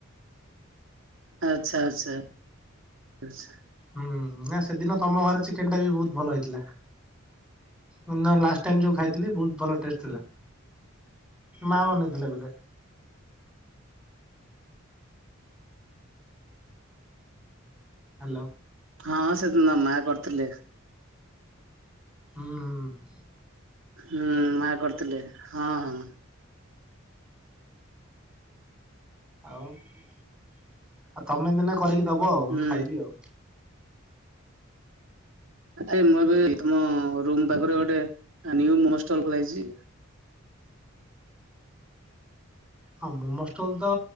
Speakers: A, on the right (about 65°); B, in the centre.
A: ଆଚ୍ଛା ଆଚ୍ଛା ଆଚ୍ଛା।
B: ହୁଁ ନା ସେଦିନ ତମ ଘରେ ଚିକେନ ଟା ବି ବହୁତ ଭଲ ହେଇଥିଲା। ମୁଁ ତମ ଲାଷ୍ଟ ଟାଇମ ଯୋଉ ଖାଇଥିଲି ବହୁତ ଭଲ ଟେଷ୍ଟ ଥିଲା। ମା ବନେଇ ଥିଲେ ବୋଧେ? ହାଲୋ।
A: ହଁ ସେଦିନ ମା କରିଥିଲେ।
B: ହୁଁଁ।
A: ହୁଁ ମା କରିଥିଲେ ହଁ ହଁ।
B: ଆଉ। ଆଉ ତମେ ଦିନେ କରିକି ଦବ ଆଉ
A: ହୁଁ।
B: ମୁଁ ଖାଇବି ଆଉ।
A: ଆ ମୁଁ ଏବେ ତମ ରୁମ୍ ପାଖରେ ଗୋଟେ ନିୟୁ ଷ୍ଟଲ ଖୋଲା ହେଇଛି।
B: ହଁ ମୋମୋ ଷ୍ଟଲ ତ